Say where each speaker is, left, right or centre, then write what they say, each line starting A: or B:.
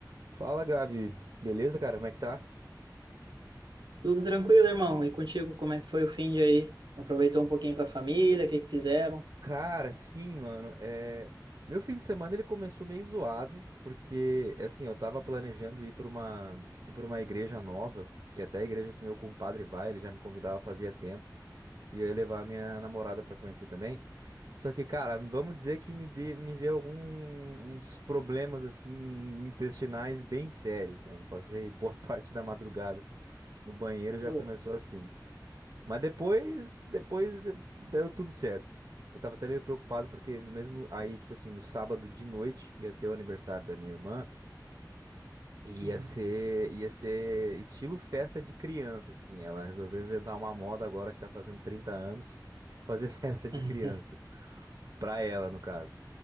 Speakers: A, on the right; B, on the right.
A: Fala, Gabi. Beleza, cara? Como é que tá?
B: Tudo tranquilo, irmão? E contigo, como é que foi o fim de aí? Aproveitou um pouquinho com a família? O que que fizeram?
A: Cara, sim, mano. É... Meu fim de semana ele começou meio zoado, porque, assim, eu tava planejando ir pra uma, pra uma igreja nova, que até a igreja que meu compadre vai, ele já me convidava fazia tempo, e eu ia levar minha namorada pra conhecer também. Só que, cara, vamos dizer que me, de... me deu alguns problemas, assim, intestinais bem sérios, mano. Passei boa <laughs> parte da madrugada no banheiro, já
B: Putz.
A: começou assim. Mas depois, depois de- deu tudo certo. Eu tava até meio preocupado porque no mesmo aí, tipo assim, no sábado de noite ia ter o aniversário da minha irmã. Ia
B: Uhum.
A: ser, ia ser estilo festa de criança, assim. Ela resolveu inventar uma moda agora que tá fazendo 30 anos, fazer <laughs> festa de
B: <laughs>
A: criança. Pra ela, no caso.